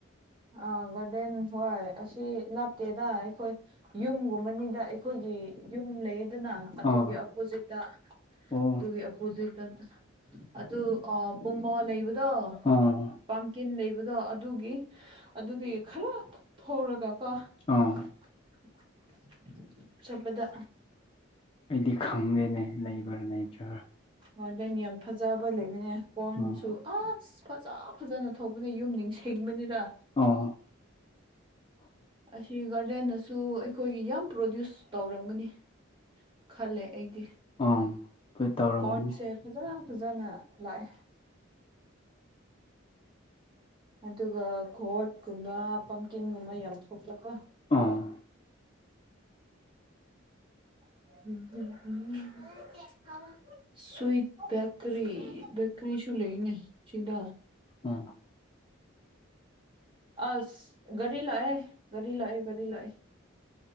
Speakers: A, on the right; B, on the left.
A: ꯑꯥ ꯒꯥꯔꯗꯦꯟ ꯍꯣꯏ ꯑꯁꯤ ꯂꯥꯞꯇꯦꯗ ꯑꯩꯈꯣꯏ ꯌꯨꯝꯒꯨꯝꯕꯅꯤꯗ ꯑꯩꯈꯣꯏꯒꯤ ꯌꯨꯝ ꯂꯩꯗꯅ ꯑꯗꯨꯒꯤ
B: ꯑꯥ
A: ꯑꯣꯞꯄꯣꯖꯤꯠꯇ
B: ꯑꯣ
A: ꯑꯗꯨꯒꯤ ꯑꯣꯄꯣꯖꯤꯠꯇ ꯑꯗꯨ ꯑꯥ ꯄꯨꯡꯃꯣ ꯂꯩꯕꯗꯣ
B: ꯑꯥ
A: ꯄꯝꯀꯤꯟ ꯂꯩꯕꯗꯣ ꯑꯗꯨꯒꯤ ꯑꯗꯨꯗꯤ ꯈꯔ ꯊꯧꯔꯒ ꯀꯣ <unintelligible>
B: ꯑꯥ
A: ꯕꯗ
B: ꯑꯩꯗꯤ ꯈꯪꯗꯦꯅꯦ ꯂꯩꯕ꯭ꯔꯥ ꯂꯩꯇ꯭ꯔ
A: ꯃꯥꯔꯗꯟ ꯌꯥꯝ ꯐꯖꯕ ꯂꯩꯕꯅꯦ ꯀꯔꯣꯟꯁꯨ
B: ꯎꯝ
A: ꯑꯁ ꯐꯖꯕ ꯐꯖꯅ ꯊꯧꯕꯅ ꯌꯨꯝ ꯅꯤꯡꯁꯤꯡꯕꯅꯤꯅ
B: ꯑꯣ
A: ꯑꯁꯤ ꯒꯥꯔꯗꯦꯟꯅꯁꯨ ꯑꯩꯈꯣꯏꯒꯤ ꯌꯥꯝ ꯄ꯭ꯔꯣꯗ꯭ꯌꯨꯁ ꯇꯧꯔꯝꯒꯅꯤ ꯈꯜꯂꯦ ꯑꯩꯗꯤ
B: ꯑꯪ ꯍꯣꯏ ꯇꯧꯔꯝꯒꯅꯤ
A: ꯀꯣꯔꯟꯁꯦ ꯐꯖ ꯐꯖꯅ ꯂꯥꯛꯑꯦ ꯑꯗꯨꯒ ꯀꯣꯠꯀꯨꯝꯕ ꯄꯝꯀꯤꯟꯒꯨꯝꯕ ꯌꯥꯝ ꯊꯣꯛꯄꯀꯣ
B: ꯑꯥ
A: <unintelligible> ꯁ꯭ꯋꯏꯠ ꯕꯦꯛꯀꯔꯤ ꯕꯦꯛꯀꯔꯤꯁꯨ ꯂꯩꯏꯅꯦ ꯁꯤꯗꯥ
B: ꯑꯥ
A: ꯑꯁ ꯒꯥꯔꯤ ꯂꯥꯛꯑꯦ ꯒꯥꯔꯤ ꯂꯥꯛꯑꯦ ꯒꯥꯔꯤ ꯂꯥꯛꯑꯦ